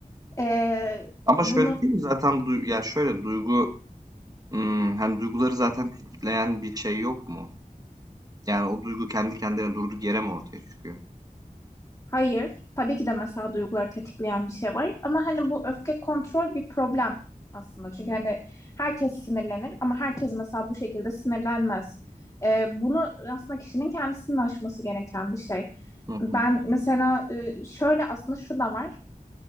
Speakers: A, on the left; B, on the right.
A: e,
B: Ama
A: bunu
B: şöyle değil mi zaten du ya, şöyle duygu, ımm, hani, duyguları zaten tetikleyen bir şey yok mu? Yani, o duygu kendi kendine durduk yere mi ortaya çıkıyor?
A: Hayır. Tabii ki de mesela duyguları tetikleyen bir şey var. Ama hani bu öfke kontrol bir problem aslında. Çünkü hani herkes sinirlenir ama herkes mesela bu şekilde sinirlenmez. Ee, bunu aslında kişinin kendisinin aşması gereken bir şey.
B: Hı hı.
A: Ben mesela e, şöyle aslında şu da var.